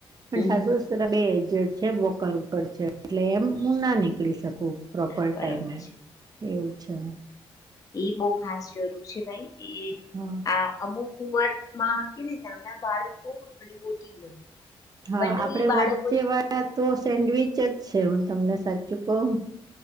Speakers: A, on the right; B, on the left.
A: પણ
B: હમ
A: સાસુ
B: હમ
A: સાસરા બે એજ છે વોકર ઉપર છે એટલે એમ હું ના નીકળી શકું. પ્રોપર
B: હા બરોબર
A: ટાઈમે
B: છે
A: એવું છે.
B: એ બહ ખાસ જરૂર છે ભાઈ એ
A: હા
B: આ અમુક ઉંમર માં કે નાના બાળકો અને મોટી ઉંમરના.
A: હા
B: બંને
A: આપડે
B: એ બાળકો
A: વચ્ચે
B: જ બની
A: વાળા
B: જાય.
A: તો સેન્ડવીચ જ છે હું તમને સાચું કહું.